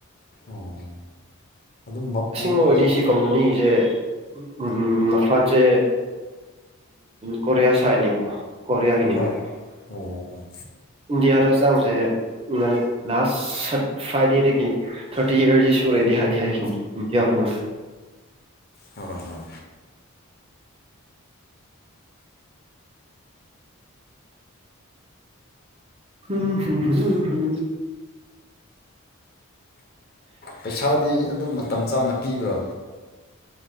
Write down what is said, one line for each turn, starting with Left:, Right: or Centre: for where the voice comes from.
Left: ꯑꯣ ꯑꯗꯨꯝ ꯃꯄꯨ
Right: ꯑꯁꯦꯡꯕ ꯑꯣꯏꯔꯤ
Left: ꯃꯄꯨ
Right: ꯁꯤ ꯀꯝꯄꯅꯤꯁꯦ ꯎꯝ ꯃꯄꯥꯟꯁꯦ ꯀꯣꯔꯤꯌꯥ ꯁꯥꯏꯠꯅꯦꯕꯀꯣ ꯀꯣꯔꯤꯌꯥꯒꯤꯅꯦꯕ
Left: ꯍꯥ ꯑꯣ ꯑꯣ
Right: ꯏꯟꯗꯤꯌꯥꯗ ꯆꯪꯖꯦ ꯂꯥꯁ ꯁꯠ ꯐ꯭ꯔꯥꯏꯗꯦꯗꯒꯤ ꯊꯥꯔꯇꯤ ꯏꯌꯥꯔꯁꯤ ꯁꯨꯔꯦꯗꯤ ꯍꯥꯏꯗꯤ ꯍꯥꯏꯈꯤꯕꯅꯤ ꯏꯗꯤꯌꯥ ꯃꯅꯨꯡꯗ <inaudible>
Left: ꯍꯣꯏ ꯍꯣꯏ
Right: ꯍꯨꯝ ꯍꯨꯝ ꯍꯨ ꯍꯨ
Left: ꯄꯩꯁꯥꯗꯤ ꯑꯗꯨꯝ ꯃꯇꯝ ꯆꯥꯅ ꯄꯤꯕ꯭ꯔꯥ